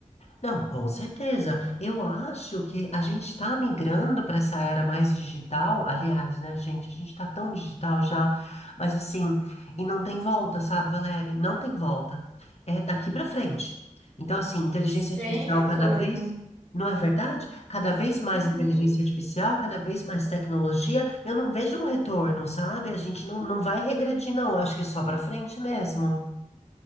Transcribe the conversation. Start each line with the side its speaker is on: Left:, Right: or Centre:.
Left: Não, com certeza. Eu acho que a gente está migrando para essa era mais digital. Aliás, né, gente? A gente está tão digital já, mas assim, e não tem volta, sabe, Valéria? Não tem volta. É daqui para frente. Então, assim, inteligência
Right: sem
Left: artificial
Right: retorno.
Left: cada vez, não é verdade? Cada vez mais
Right: Uhum.
Left: inteligência artificial, cada vez mais tecnologia. Eu não vejo um retorno, sabe? A gente não, não vai regredir, não. Eu acho que é só para frente mesmo.